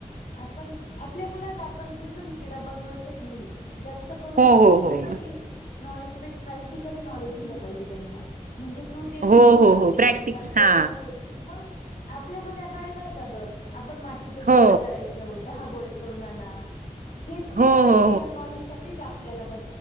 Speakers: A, on the left (about 70°); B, on the right (about 85°).
A: आपण आपल्या मुलांना आपण पुस्तकी किडा बनवाय चच नाहीये जास्त करून
B: हो
A: आपण
B: हो
A: पुस्तकी
B: हो
A: नॉलेजपेक्ष प्रॅक्टिकली नॉलेज दिलं पाहिजे त्यांनला. म्हणजे तू जे म्हणती
B: हो
A: ना
B: हो हो प्रॅक्टिक
A: का प्लेट
B: हा
A: मध्ये मग आपल्या जून्याकाळी नाही का ग आपण मातीचे
B: हो
A: गोळे चो दहा गोळे करून आना हे त्या
B: हो
A: प्रॅक्टिकल
B: हो
A: नॉलेज साठी आपल्याला ब